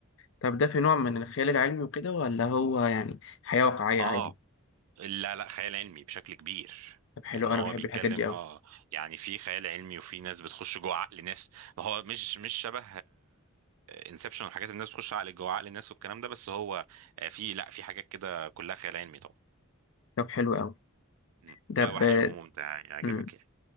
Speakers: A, on the left; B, on the right.
A: طب ده في نوع من الخيال العلمي وكده ولا هو يعني حياه واقعيه
B: اه
A: عادي
B: لا لا خيال علمي بشكل كبير
A: طب حلو
B: ان
A: أوي،
B: هو
A: انا بحب
B: بيتكلم
A: الحاجات دي قوي
B: اه يعني في خيال علمي وفي ناس بتخش جوه عقل ناس هو مش مش شبه انسبشن والحاجات اللي الناس بتخش عقل جوه عقل الناس والكلام ده بس هو آه، في لا في حاجات كده كلها خيال علمي طبعا
A: طب حلو قوي
B: مم.
A: ده
B: لا
A: ب...
B: وحلو وممتع يعجبك
A: مم.
B: يعني